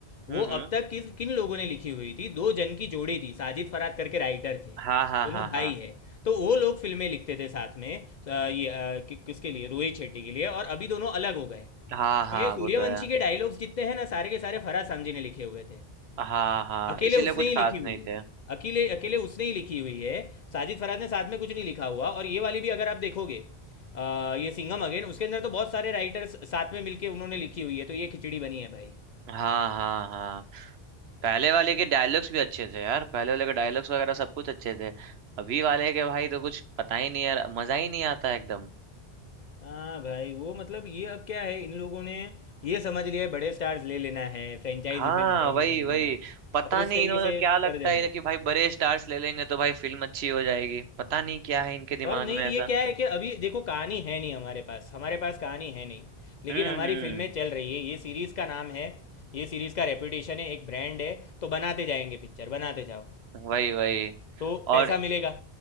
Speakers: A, on the left; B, on the right.
A: वो
B: हम्म हम्म
A: अब तक किस किन लोगों ने लिखी हुई थी दो जन की जोड़ी थी साजिद फरहाद करके राइटर थे
B: हाँ हाँ
A: दोनों
B: हाँ हाँ
A: भाई है तो वो लोग फिल्में लिखते थे साथ में अ, ये अ, कि, किसके लिए रोहित शेट्टी के लिए और अभी दोनों अलग हो गए
B: हाँ हाँ
A: तो ये सूर्यवंशी
B: वो तो है
A: के डायलॉग्स जितने हैं ना सारे के सारे फरहाद सामजी ने लिखे हुए थे
B: हाँ हाँ
A: अकेले
B: इसीलिए
A: उसने
B: कुछ
A: ही
B: खास
A: लिखी हुई
B: नहीं
A: है
B: थे
A: अकेले अकेले उसने ही लिखी हुई है साजिद फराज ने साथ में कुछ नहीं लिखा हुआ और ये वाली भी अगर आप देखोगे अ, ये सिंघम अगेन उसके अंदर तो बहुत सारे राइटर्स साथ में मिलके उन्होंने लिखी हुई है तो ये खिचड़ी बनी है भाई
B: हाँ हाँ हाँ पहले वाले के डायलॉग्स भी अच्छे थे यार पहले वाले के डायलॉग्स वगैरह सब कुछ अच्छे थे अभी वाले के भाई तो कुछ पता ही नहीं यार मजा ही नहीं आता एकदम
A: हाँ भाई वो मतलब ये अब क्या है इन लोगों ने ये समझ लिया है बड़े स्टार्स ले लेना है फ्रेंचाइजी
B: हाँ
A: फिल्म ले लेनी
B: वही वही
A: है
B: पता
A: और उस
B: नहीं
A: तरीके
B: इन्होंने
A: से
B: क्या लगता
A: कर देना
B: है
A: है
B: कि भाई बड़े स्टार्स ले लेंगे तो भाई फिल्म अच्छी हो जाएगी पता नहीं क्या है इनके दिमाग
A: और नहीं
B: में ऐसा
A: ये क्या है कि अभी देखो कहानी है नहीं हमारे पास हमारे पास कहानी है नहीं लेकिन
B: हम्म
A: हमारी
B: हम्म
A: फिल्में चल रही है ये सीरीज का नाम है ये सीरीज का रेपुटेशन है एक ब्रांड है तो बनाते जाएंगे पिक्चर बनाते जाओ
B: वही वही
A: तो पैसा
B: और
A: मिलेगा